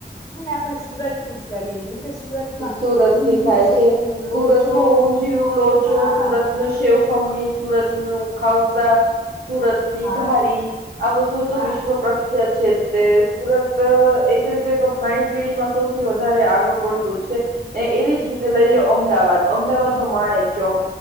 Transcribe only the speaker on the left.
છે ને, સુરત જ કરીએ જેમ કે સુરતમાં
ઊંધિયું
ને લોચો
હા
હા
હા